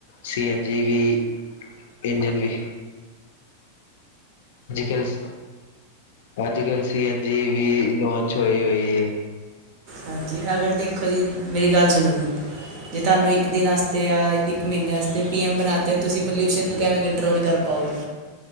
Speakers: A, on the left (about 60°); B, on the right (about 35°).
A: ਸੀ ਐਨਜੀ ਵੀ, ਇੰਜਨ ਵੀ ਜੀ ਕਲਸ ਅੱਜ-ਕੱਲ ਸੀ ਐਨ ਜੀ ਵੀ ਲਾਂਚ ਹੋਈ ਹੋਈ ਏ।
B: ਹਾਂਜੀ, ਏ ਅਗਰ ਦੇਖੋ ਜੀ, ਮੇਰੀ ਗੱਲ ਸੁਣੋ ਜੀ, ਜੇ ਤੁਆਨੂੰ ਇੱਕ ਦਿਨ ਆਸਤੇ ਆ ਇੱਕ ਇੱਕ ਮਹੀਨੇ ਆਸਤੇ ਪੀ ਐਮ ਬਣਾ ਤੇ ਤੁਸੀਂ ਪੋਲਊਸ਼ਨ ਨੂੰ ਕੈਵੇਂ ਕੰਟਰੋਲ ਕਰ ਪਾਓਗੇ।